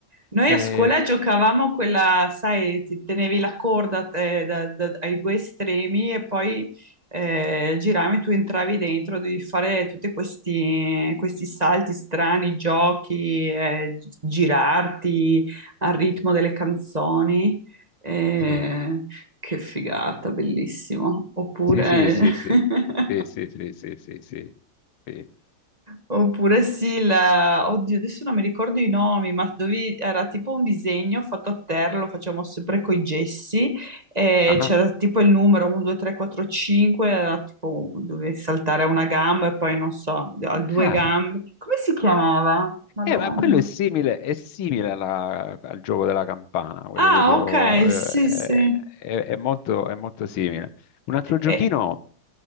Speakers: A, on the right; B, on the left.
A: Noi
B: Eh,
A: a scuola giocavamo quella, sai, ti tenevi la corda eh, da- da- ai due estremi e poi eh, giravi, tu entravi dentro, devi fare tutti questi, questi salti strani, giochi, eh, gi- girarti al ritmo delle canzoni. Eh,
B: sì.
A: che figata, bellissimo. Oppure...
B: Sì, sì, sì, sì,
A: <laughs>
B: sì, sì, sì, sì, sì, sì, sì.
A: Oppure sì, la- oddio, adesso non mi ricordo i nomi, ma dove era tipo un disegno fatto a terra, lo facevamo sempre con i gessi, e
B: Ah,
A: c'era tipo il numero 1, 2, 3, 4, 5, era tipo dovevi saltare a una gamba e poi non so, a due
B: ah.
A: gambe. Come si chiamava? Madonna.
B: Eh, ma quello è simile, è simile alla- al gioco della campana, quello
A: Ah,
B: che dicevo,
A: ok,
B: eh,
A: sì, sì.
B: è, è molto, è molto simile. Un altro giochino
A: E-